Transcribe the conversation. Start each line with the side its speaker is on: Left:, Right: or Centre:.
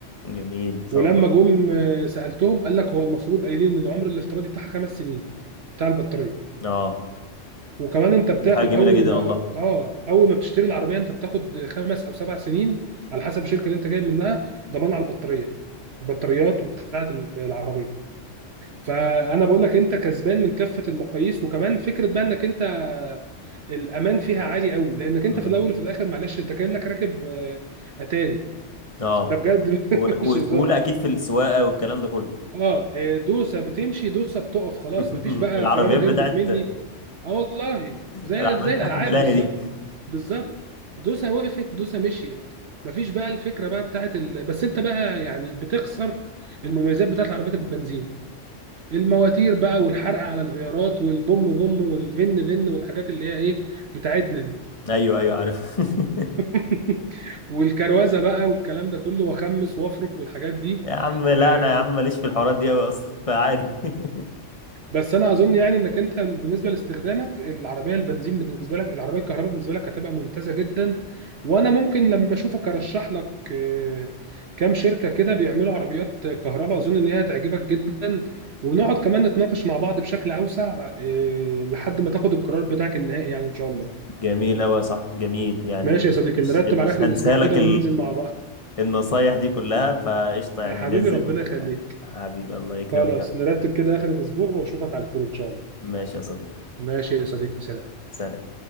Left: جميل ما شاء
Right: ولما
Left: الله
Right: جم آه، سالتهم قال لك هو المفروض قايلين ان العمر الافتراضي بتاعها خمس سنين بتاع البطاريه
Left: اه
Right: وكمان انت بتاخد
Left: دي حاجة جميلة
Right: اول
Left: جدا
Right: ما
Left: والله
Right: اه اول ما بتشتري العربيه انت بتاخد خمس او سبع سنين على حسب الشركه اللي انت جايب منها ضمان على البطاريه البطاريات وبتاعه العربيه فانا بقول لك انت كسبان من كافه المقاييس وكمان فكره بقى انك انت الامان فيها عالي قوي لانك انت
Left: امم
Right: في الاول وفي الاخر معلش انت كانك راكب آه، اتاري
Left: اه
Right: ده بجد
Left: و-
Right: <laughs> مش
Left: وسهولة
Right: هزار
Left: اكيد في السواقة والكلام ده كله
Right: اه إيه، دوسه بتمشي دوسه بتقف خلاص
Left: <laughs>
Right: مفيش بقى
Left: العربيات
Right: فرامل
Left: بتاعت
Right: هربت مني اه والله زي
Left: العربيات
Right: زي
Left: بتاعت
Right: الالعاب
Left: الملاهي
Right: بالظبط
Left: دي
Right: بالظبط دوسه وقفت دوسه مشيت مفيش بقى الفكره بقى بتاعت ال... بس انت بقى يعني بتخسر المميزات بتاعت عربيات البنزين المواتير بقى والحرق على الغيارات والبوم بوم والفن فن والحاجات اللي هي ايه بتاعتنا دي
Left: ايوه ايوه عارف <laughs>
Right: <laughs> والكروزه بقى والكلام ده كله واخمس وافرك والحاجات دي
Left: يا عم لا
Right: آه،
Left: انا يا عم ماليش في الحوارات دي قوي اصلا فعادي <laughs>
Right: بس انا اظن يعني انك انت بالنسبه لاستخدامك العربيه البنزين بالنسبه لك العربيه الكهرباء بالنسبه لك هتبقى ممتازه جدا وانا ممكن لما اشوفك ارشح لك آه، كام شركه كده بيعملوا عربيات كهرباء اظن ان هي هتعجبك جدا ونقعد كمان نتناقش مع بعض بشكل اوسع آه، لحد ما تاخد القرار بتاعك النهائي يعني ان شاء الله
Left: جميل قوي يا صاحبي جميل يعني
Right: ماشي يا صديقي
Left: مش
Right: نرتب
Left: مش
Right: على اخر
Left: هنسالك
Right: الاسبوع كده وننزل مع بعض
Left: النصايح دي كلها فقشطة يعني
Right: يا حبيبي
Left: بننزل
Right: ربنا
Left: و...
Right: يخليك
Left: حبيبي الله يكرمك
Right: خلاص
Left: يا رب
Right: نرتب كده اخر الاسبوع واشوفك على خير ان شاء الله
Left: ماشي يا صديقي
Right: ماشي يا صديقي سلام
Left: سلام